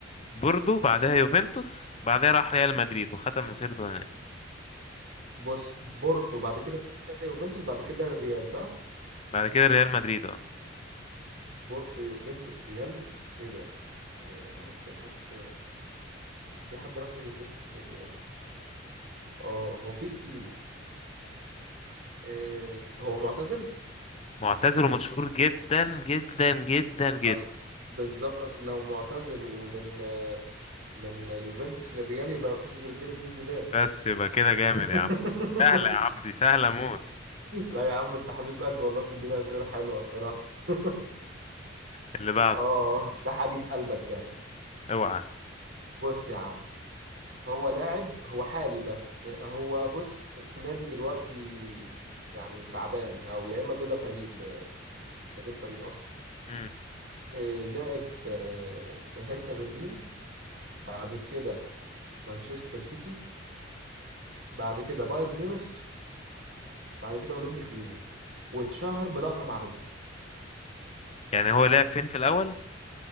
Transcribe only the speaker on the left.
بوردو بعدها يوفنتوس بعدها راح ريال مدريد وختم مسيرته هناك
بعد كده ريال مدريد اه
معتزل ومشهور جدا جدا جدا
جدا
بس يبقى كده جامد
يا عم سهلة يا عم دي سهلة موت
اللي بعده
اوعى
مم.
يعني هو لعب فين في الأول؟